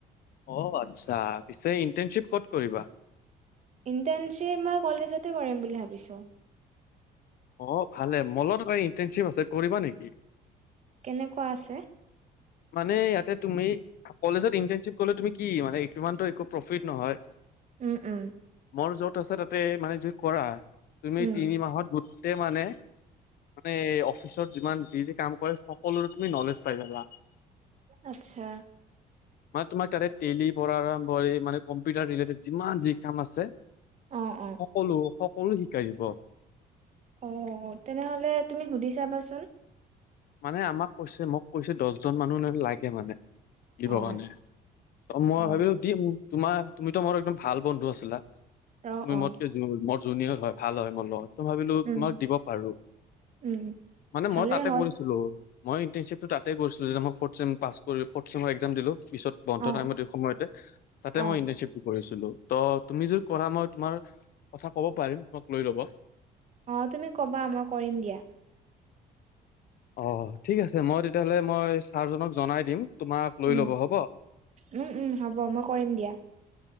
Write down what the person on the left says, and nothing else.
অ আচ্ছা পিছে ইণ্টাৰ্ণশ্বিপ কত কৰিবা
অ ভালে মলত ইণ্টাৰশ্বিপ আছে কৰিবা নেকি
মানে ইয়াতে তুমি কলেজত ইন্টাৰ্নশ্বিপ কলে তুমি কি মানে কিমানতটো একো প্ৰফিট নহয়
মোৰ য'ত আছে তাতে মানে যুই কৰা তুমি
তিনি মাহত গোটেই মানে মানে অফিচত যিমান যি যি কাম কৰে সকলোৰে তুমি নলেজ পাই যাবা
তোমাৰ তাতে টেলি পৰাঢ আৰম্ভ মানে কম্পিউটাৰ ৰিলেটেড যিমান যি কাম আছে
সকলো সকলো শিকাই দিব
মানে আমাক কৈছে মোক কৈছে দহজন মানুহ লাগে মানে দিব
কাৰণে ত মই
ভাবিলো দিম তোমাৰ তুমিতো মোৰ একদম ভাল বন্ধু আছিলা
তুমি
মত জুিয়ৰ হয় ভাল হয় মোৰ লগত ত ভাবিলো
তোমাক দিব পাৰো
মানে
মই তাতে
কৰিো মই ই্বটো তাতে কৰিছিলো যে মই দিলো পিছত বন্ধ
টাইমত এই সময়তে তাতে
মই ইন্টাৰ্শ্বিপটো কৰিছো ত তুমি যে কৰা মই তোমাৰ কথা ক'ব পাৰিম তমাক লৈ ল'ব
অ ঠিক আছে মই তেতিয়াহ'লে মই ছাৰজনক জনাই দিম তোমাক লৈ
ল'ব হ'ব।